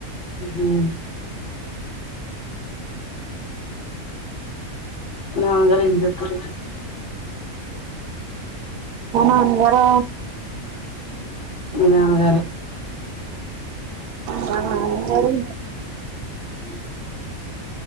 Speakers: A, on the left (about 45°); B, on the right (about 80°).
A: మ్ హుమ్ మేమందరం ఇంటి దగ్గరుంటాం.
B: అందరా
A: మీ నాన్నగారు.
B: మా నాన్నగారు
A: <inaudible>